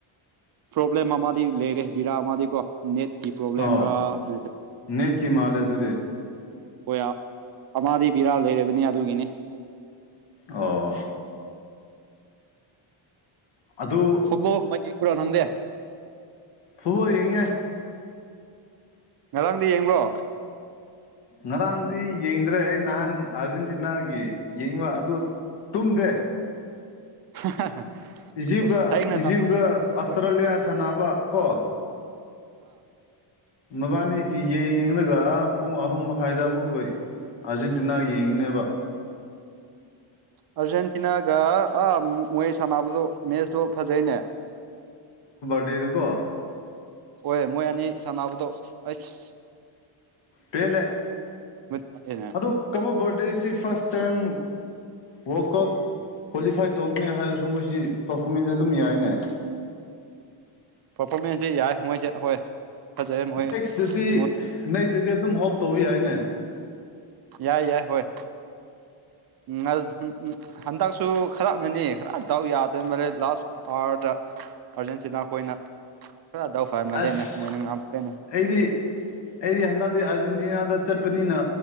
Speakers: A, on the right; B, on the left.
A: ꯄ꯭ꯔꯣꯕ꯭ꯂꯦꯝ ꯑꯃꯗꯤ ꯂꯩꯔꯦ ꯕꯤꯔꯥ ꯑꯃꯗꯤꯀꯣ ꯅꯦꯠ ꯀ ꯄꯣꯕ꯭ꯂꯦꯝ
B: ꯑꯣ
A: ꯔ ꯅꯠꯇ꯭ꯔ
B: ꯅꯦꯠꯀꯤ ꯃꯥꯜꯂꯦ ꯑꯗꯨꯗꯤ
A: ꯍꯌꯥ ꯑꯃꯗꯤ ꯕꯤꯔꯥ ꯂꯩꯔꯕꯅꯤ ꯑꯗꯨꯒꯤꯅꯤ
B: ꯑꯣ ꯑꯗꯨ
A: ꯍ ꯃ ꯌꯦꯕꯨ ꯅꯪꯗꯦ
B: ꯐꯕꯣꯗꯤ ꯌꯦꯉ
A: ꯉꯔꯥꯡꯗꯤ ꯌꯦꯡꯕ꯭ꯔꯣ
B: ꯉꯔꯥꯡꯗꯤ ꯌꯦꯡꯗ꯭ꯔꯦ ꯑꯩ ꯅꯍꯥꯟ ꯑꯥꯔꯖꯦꯟꯇꯤꯅꯥꯒꯤ ꯌꯦꯡꯕ ꯑꯗꯨ ꯇꯨꯡꯗ
A: <inaudible>
B: ꯏꯖꯤꯞꯒ
A: ꯑꯁ ꯊꯦꯡꯅ
B: ꯏꯖꯤꯞꯒ
A: ꯁꯥꯟꯅ
B: ꯑꯁꯇ꯭ꯔꯦꯂꯤꯌꯥ
A: ꯑꯥ
B: ꯁꯥꯟꯅꯕ ꯀꯣ ꯃꯕꯥꯅꯤꯒꯤ ꯌ ꯏꯪꯁ ꯑꯗꯨꯒ ꯄꯨꯡ ꯑꯍꯨꯝ ꯃꯈꯥꯏꯗ ꯑꯃꯨꯛꯈ ꯑꯥꯔꯖꯦꯟꯇꯤꯅꯥ ꯌꯦꯡꯕꯨꯅꯦꯕ
A: ꯑꯔꯖꯦꯟꯇꯤꯅꯥꯒ ꯑ ꯃꯣꯏ ꯁꯅꯕꯣ ꯃꯦꯁ ꯑꯗꯨꯣ ꯐꯖꯩꯅꯦ
B: ꯗꯨꯀꯣ
A: ꯍꯣꯏ ꯃꯣꯏ ꯑꯅꯤ ꯁꯥꯟꯅꯕꯗꯣ ꯑꯁ
B: ꯄꯦꯜꯂꯦ
A: ꯇꯥꯔꯦꯅꯦ
B: ꯑꯗꯣ ꯀꯕ ꯔꯗꯦꯁꯤ first time world cup qualify ꯇꯧꯕꯅꯦ ꯍꯥꯏꯔꯁꯨ ꯃꯁꯤꯣꯏ ꯄꯔꯐꯣꯔꯃꯦꯟꯁ ꯑꯗꯨꯝ ꯌꯥꯏꯅꯦ
A: ꯄꯔꯐꯣꯔꯃꯦꯟꯁꯁꯦ ꯌꯥꯏ ꯃꯣꯏꯁꯦ ꯑꯩꯈꯣꯏ ꯖ ꯃꯣꯏ
B: ꯅꯦꯛꯁꯇꯗꯤ
A: ꯃꯣꯏ
B: ꯅꯦꯛꯁꯇꯗꯤ ꯑꯗꯨꯝ ꯍꯣꯞ ꯇꯧꯕ ꯌꯥꯏꯅꯦ
A: ꯌꯥꯏ ꯌꯥꯏ ꯍꯣꯏ ꯎ ꯍꯟꯗꯛꯁꯨ ꯈꯔꯞꯅꯅꯤ ꯈꯔ ꯗꯥꯎ ꯌꯥꯗꯣꯏ ꯃꯔꯦ ꯂꯥꯁ ꯑꯋꯥꯔꯗ ꯑꯥꯔꯖꯦꯟꯇꯤꯅꯥꯈꯣꯏꯅ ꯈꯔꯗꯥꯎ ꯐꯃ
B: ꯑꯁ
A: ꯂꯩꯅꯦ ꯃꯣꯏꯅ ꯉꯥꯇ꯭ꯔꯦꯅꯦ
B: ꯑꯩꯗꯤ ꯑꯩꯗꯤ ꯍꯟꯗꯛꯇꯤ ꯑꯥꯔꯖꯦꯟꯇꯤꯅꯥꯗ ꯆꯠꯄꯅꯤꯅ